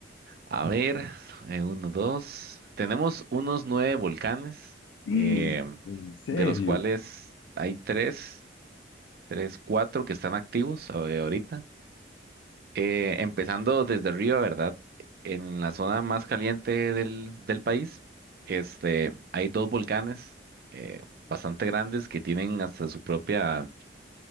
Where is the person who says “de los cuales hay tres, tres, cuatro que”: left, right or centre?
Right